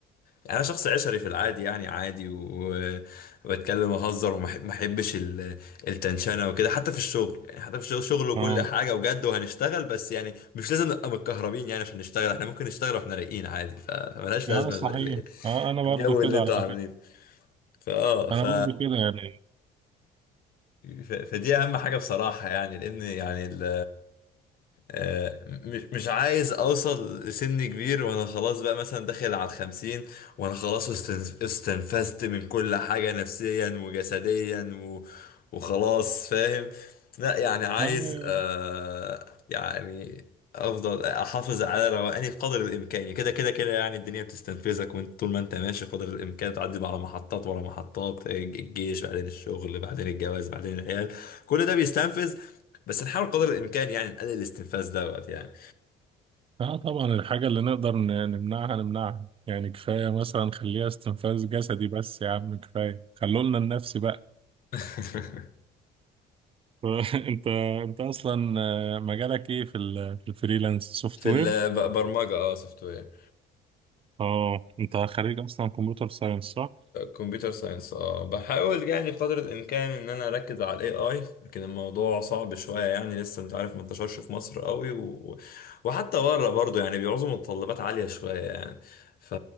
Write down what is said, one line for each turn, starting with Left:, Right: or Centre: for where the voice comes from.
Left: يعني انا شخص عشري في العادي يعني عادي و- وبتكلم واهزر وما أحب- ما احبش ال- التنشنه وكده حتى في الشغل يعني حتى في الشغل شغل وكل
Right: اه
Left: حاجه وجد وهنشتغل بس يعني مش لازم نبقى متكهربين يعني عشان نشتغل احنا ممكن نشتغل واحنا رايقين عادي ف- فملهاش لازمه
Right: اه صحيح
Left: ال- ال-
Right: اه انا برضو
Left: الجو اللي
Right: كده
Left: انتوا
Right: على
Left: عاملينه
Right: فكرة
Left: فاه ف...
Right: انا برضو كده يعني
Left: ف... فدي اهم حاجه بصراحه يعني لان يعني ال... آه، مش مش عايز اوصل لسن كبير وانا خلاص بقى مثلا داخل على الخمسين وانا خلاص استن- استنفذت من كل حاجة نفسيا وجسديا و... وخلاص فاهم لا يعني عايز
Right: اه
Left: آه يعني افضل احافظ على روقاني قدر الامكان يعني كده كده كده يعني الدنيا بتستنفذك وانت طول ما انت ماشي قدر الامكان تعدي على محطات ورا محطات الج- الجيش بعدين الشغل بعدين الجواز بعدين العيال كل ده بيستنفذ بس نحاول قدر الامكان يعني نقلل الاستنفاذ دوت يعني
Right: آه، طبعا الحاجة اللي نقدر ن- نمنعها نمنعها يعني كفاية مثلا خليها استنفاذ جسدي بس يا عم كفاية خلولنا النفسي بقى
Left: <laughs>
Right: <laughs> انت انت اصلا آه، مجالك ايه في ال- في الفريلانس سوفت
Left: في
Right: وير
Left: البرمجه اه سوفت وير
Right: اه انت خريج اصلا كمبيوتر ساينس صح؟
Left: كمبيوتر ساينس اه بحاول يعني بقدر الامكان ان انا اركز على الاي اي لكن الموضوع صعب شويه يعني لسه انت عارف ما انتشرش في مصر قوي و... وحتى بره برضو يعني بيعوزوا متطلبات عاليه شويه يعني ف